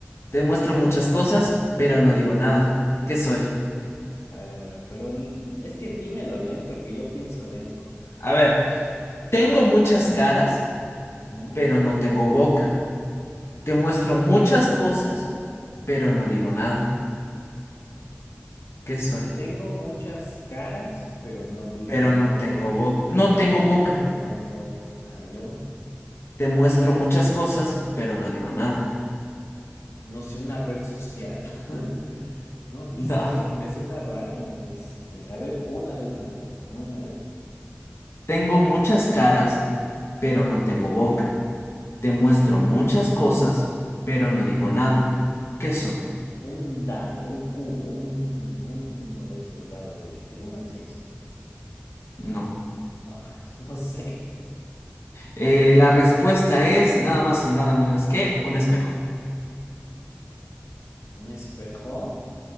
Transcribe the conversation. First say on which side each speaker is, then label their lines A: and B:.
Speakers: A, on the left; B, on the left.
A: Te muestro muchas cosas, pero no digo nada. ¿Qué soy?
B: A ver, a ver, pero l- es que dímelo lento, que yo pienso lento.
A: A ver, tengo muchas caras,
B: Ujú.
A: pero no tengo boca. Te muestro muchas cosas, pero no digo nada. ¿Qué soy?
B: Tengo muchas caras, pero no digo
A: Pero
B: nada.
A: no tengo boca. No
B: Ah,
A: tengo
B: digo,
A: boca.
B: pero no tengo boca. Ajá, y luego.
A: Te muestro muchas cosas, pero no digo nada.
B: no sé, una red social. <laughs> No, no sé,
A: No.
B: me suena raro. Este, a ver, una vez más, dime, una vez más.
A: Tengo muchas caras,
B: Ujú.
A: pero no tengo boca. Te muestro muchas cosas, pero no digo nada. ¿Qué soy?
B: Un dado, un cubo, un, uno de esos dados del uno al seis
A: No.
B: Ah, entonces no sé.
A: Eh, la respuesta es nada más y nada menos que un espejo.
B: ¿Un espejo?